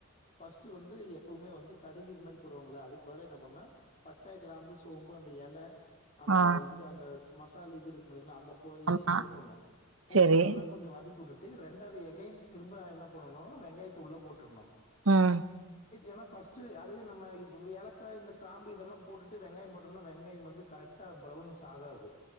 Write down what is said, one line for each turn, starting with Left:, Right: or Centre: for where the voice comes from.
Left: ஃபஸ்ட்டு வந்து எப்போவ்மே வந்து கடுகு இது மாரி போடுவாங்கல அதுக்கு பதிலா என்ன பண்னா பட்ட கிராம்பு சோம்பு அந்த எல அந்த
Right: ஆ.
Left: இந்த அந்த மசால் இது இருக்குமில்லைங்ளா அந்தப் போ இதி
Right: ஆமா.
Left: போட்ருணு போட்டு
Right: சரி.
Left: நல்லா கொஞ்ச வதக்கி விட்டுட் டு ரெண்டாவது எகைன் திரும்ப என்ன பண்ணனும் வெங்காயத்த உள்ள போட்ருணும்
Right: ம்
Left: ஏன்னா பஃர்ஸ்ட்டு அதுவே நம்ம இப்ப ஏலக்காய் இந்த கிராம்பு இதெல்லாம் போட்டுட்டு வெங்காயம் போட்டோம்னா வெங்காயம் வந்து கரெக்டா ப்ரௌனிஷ் ஆகாது